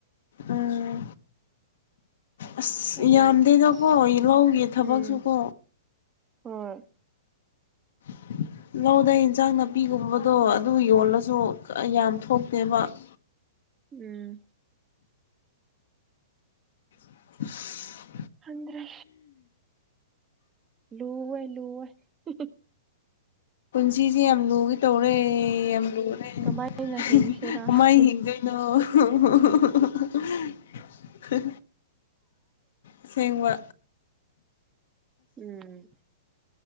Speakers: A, on the left; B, on the right.
A: ꯎꯝ ꯑꯁ
B: ꯑꯗꯨꯒꯤ
A: ꯌꯥꯝꯗꯦꯗꯥꯀꯣ
B: ꯑꯁ
A: ꯂꯧꯒꯤ ꯊꯕꯛꯁꯨꯀꯣ
B: ꯎꯝ ꯍꯣꯏ
A: <inaudible> ꯂꯧꯗ ꯍꯦꯟꯁꯥꯡ ꯅꯥꯄꯤꯒꯨꯝꯕꯗꯣ ꯑꯗꯨ ꯌꯣꯜꯂꯁꯨ ꯌꯥꯝ ꯊꯣꯛꯇꯦꯕꯥ <inaudible>
B: ꯎꯝ
A: <inaudible>
B: ꯈꯪꯗ꯭ꯔꯦ ꯂꯨꯋꯦ ꯂꯨꯋꯦ ꯍꯤ ꯍꯤ
A: ꯁꯤꯖꯦ ꯌꯥꯝ ꯂꯨꯒꯦ ꯇꯧꯔꯦ ꯌꯥꯝ ꯂꯨꯔꯦ ꯍ
B: ꯀꯃꯥꯏꯅ ꯍꯤꯡꯁꯤꯔꯥ
A: ꯀꯃꯥꯏ ꯍꯤꯡꯗꯣꯏꯅꯣ ꯍꯨ ꯍꯨ ꯍꯨ ꯍ ꯍ ꯑꯁꯦꯡꯕꯥ
B: ꯎꯝ